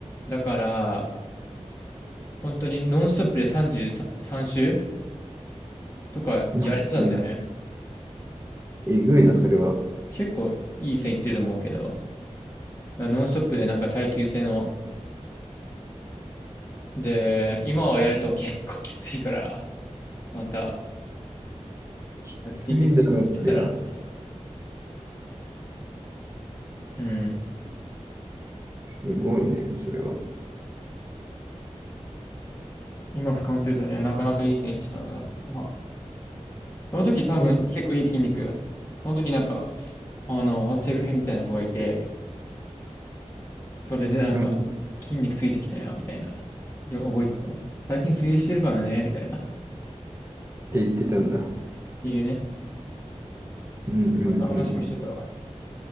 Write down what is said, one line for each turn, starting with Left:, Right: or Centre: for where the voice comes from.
Left: だから、本当にノンストップで33周とかやれてたんだよね。
Right: うん。マジで、えぐいな、それは。
Left: 結構いい線いってると思うけど、だからノンストップでなんか耐久性の、で、今はやると結構きついから、また
Right: きついだろ、
Left: やっていけたらなっていう。
Right: そりゃ。
Left: うん
Right: すごいね、それは。
Left: 今俯瞰するとね、なかなかいい線いってたなって。まあ、その時多分結構いい筋肉。
Right: い
Left: その時なんか、あの、セフレみたいな子がいて、それでなんか、
Right: うんっ
Left: 筋肉ついてきたよ、みたいな。よ、覚えてた。最近水泳してるからね、みたいな。
Right: て言ってたんだ。
Left: いいね。
Right: うんうんうん
Left: そんな話もしてたわ。